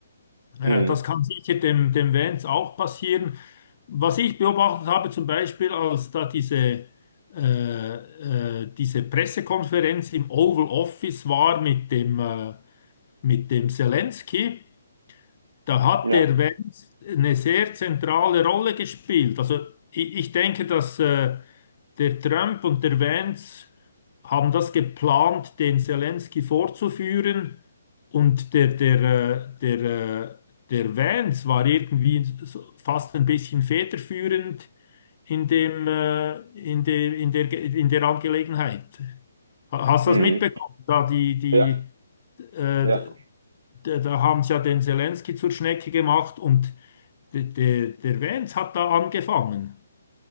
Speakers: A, on the right; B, on the left.
A: Mhm.
B: Äh, Das kann sicher dem, dem Vance auch passieren. Was ich beobachtet habe, zum Beispiel, als da diese, äh, äh, diese Pressekonferenz im Oval Office war mit dem, äh, mit dem Zelensky, da hat
A: Ja.
B: der Wenz eine sehr zentrale Rolle gespielt. Also ich, ich denke, dass äh, der Trump und der Wenz haben das geplant, den Zelensky vorzuführen. Und der, der, äh, der, äh, der Wenz war irgendwie so fast ein bisschen federführend in dem, äh, in dem, in der, Ge- in der Angelegenheit. Ha- Hast
A: Mhm.
B: du das mitbekommen? Da die, die,
A: Ja.
B: äh,
A: Ja.
B: da, da haben sie ja den Zelensky zur Schnecke gemacht und der, der, der Vance hat da angefangen.